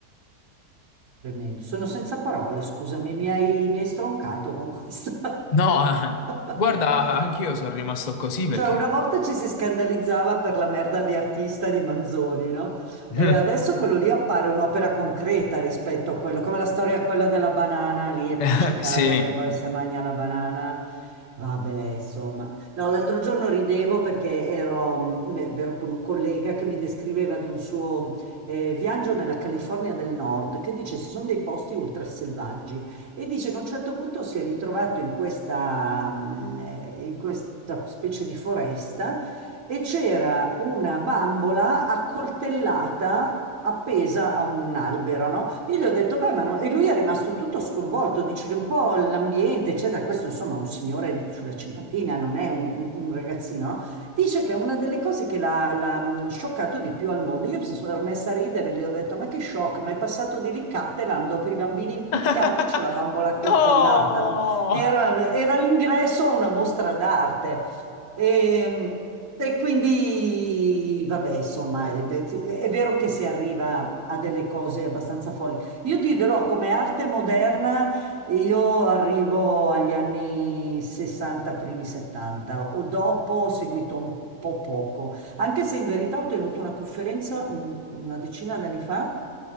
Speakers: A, on the right; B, on the left.
A: Tremendo. Sono senza parole, scusami, mi hai, mi hai stroncato con questa.
B: No, <laughs> eh,
A: <laughs>
B: guarda, anch'io sono rimasto così perché...
A: Cioè, una volta ci si scandalizzava per la merda di artista di Manzoni, no?
B: <laughs>
A: E adesso quello lì appare un'opera concreta rispetto a quello, come la storia quella della banana lì appiccicata
B: Eh, sì.
A: che poi se mangia la banana. Vabbè, insomma. No, l'altro giorno ridevo perché ero, mm, ero con un collega che mi descriveva di un suo eh, viaggio nella California del Nord, che dice ci sono dei posti ultraselvaggi e dice che a un certo punto si è ritrovato in questa, mm, eh, in questa specie di foresta e c'era una bambola accoltellata. appesa a un albero, no? Io gli ho detto, beh, ma no... E lui è rimasto tutto sconvolto, dice che un po' l'ambiente, eccetera, questo insomma è un signore sulla cinquantina, non è un, un- un ragazzino, no? Dice che è una delle cose che l'ha l'ha, mh, scioccato di più al mondo. Io mi sono messa a ridere, gli ho detto: Ma che shock, ma è passato di lì Cattelan dopo i bambini impiccati,
B: <laughs>
A: c'è la bambola accoltellata,
B: No!
A: no? Era, era l'ingresso a una mostra d'arte. E, e quindi, vabbè, insomma, è, è- è vero che si arriva a delle cose abbastanza folli. Io ti dirò come arte moderna. E Io arrivo agli anni 60, primi 70 o dopo ho seguito un po' poco, anche se in verità ho tenuto una conferenza mm, una decina d'anni fa